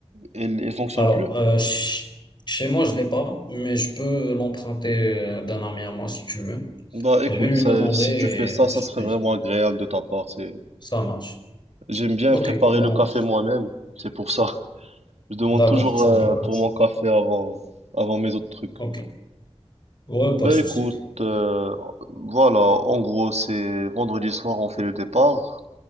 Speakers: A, on the right (about 80°); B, on the left (about 45°).
A: elle, elle fonctionne
B: Alors,
A: plus.
B: euh, ch- chez moi, je l'ai pas, mais je peux l'emprunter euh, d'un ami à moi si tu veux.
A: Bah écoute,
B: Je vais lui
A: ça-
B: demander
A: si
B: et
A: tu fais ça, ça
B: je
A: serait
B: te
A: vraiment
B: dis,
A: agréable de ta part. C'est...
B: ça marche.
A: J'aime bien
B: Ok,
A: préparer
B: bon,
A: le café moi-même, c'est pour ça. <laughs> Je demande
B: d'accord,
A: toujours
B: ça
A: euh,
B: marche.
A: pour mon café avant, avant mes autres trucs.
B: Ok, ouais, pas
A: Bah
B: de souci.
A: écoute, euh, voilà, en gros, c'est vendredi soir, on fait le départ